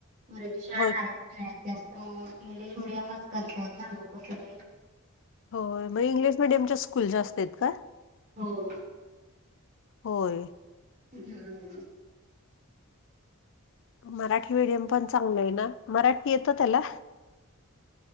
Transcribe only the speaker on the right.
मराठी शाळा
हा नाही जास्त मग, इंग्लिश मिडियमच करतात ना लोक सगळे.
हो.
हम्म.